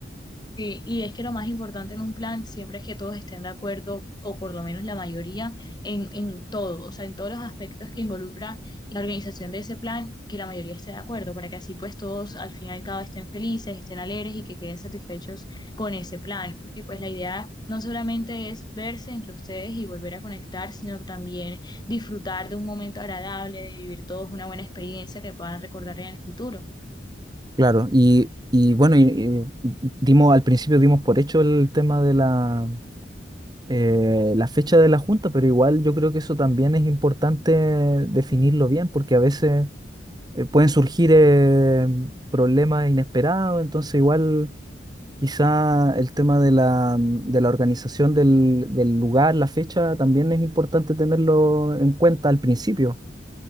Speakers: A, on the left; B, on the right.
A: Sí, y es que lo más importante en un plan siempre es que todos estén de acuerdo, o por lo menos la mayoría, en, en todo, o sea, en todos los aspectos que involucra la organización de ese plan, que la mayoría esté de acuerdo, para que así pues todos al final y al cabo estén felices, estén alegres y que queden satisfechos con ese plan, porque pues la idea no solamente es verse entre ustedes y volver a conectar, sino también disfrutar de un momento agradable, de vivir todos una buena experiencia que puedan recordar en el futuro.
B: Claro, y, y bueno, y, y dimos, al principio dimos por hecho el tema de la eh, la fecha de la junta, pero igual yo creo que eso también es importante definirlo bien, porque a veces eh, pueden surgir eh, problemas inesperados, entonces igual quizá el tema de la, de la organización del, del lugar, la fecha, también es importante tenerlo en cuenta al principio.